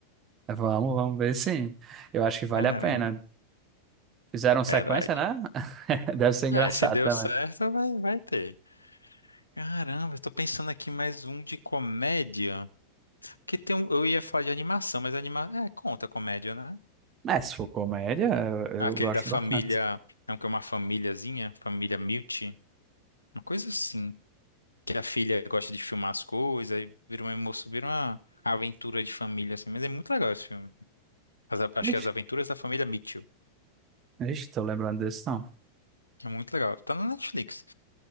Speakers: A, on the right; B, on the left.
A: Vamos, vamos ver sim. Eu acho que vale
B: Caramba.
A: a pena. Fizeram sequência,
B: Verdade.
A: né? <laughs> Deve ser engraçado
B: É, se deu
A: também.
B: certo, vai, vai ter. Caramba, eu tô pensando aqui mais um de comédia. Porque tem um, eu ia falar de animação, mas anima, é, conta comédia, né?
A: Mas se for comédia, eu, eu
B: Aquele
A: gosto
B: da família,
A: bastante.
B: é um que é uma famíliazinha, família Milt, uma coisa assim, que a filha gosta de filmar as coisas, aí vira uma emoção, vira uma aventura de família assim, mas é muito legal esse filme. As- a- acho que
A: Ixi,
B: é As Aventuras da Família Mitchell.
A: ixi, tô lembrando desse, não.
B: É muito legal. Tá na Netflix,